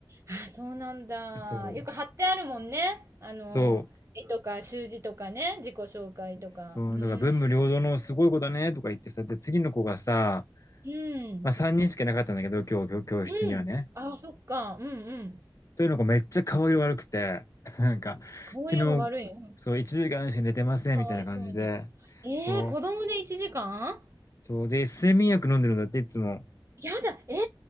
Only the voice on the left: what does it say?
そう、
そう、
そう、
だから文武両道のすごい子だねとか言ってさ、で、次の子がさ、
まあ3人しかいなかったんだけど、今日、今日教室にはね。
というのがめっちゃ顔色悪くて、<laughs> なんか、
昨日、
そう、1時間しか寝てませんみたいな感じで、
そう、そう、で、睡眠薬飲んでるんだって、いつも。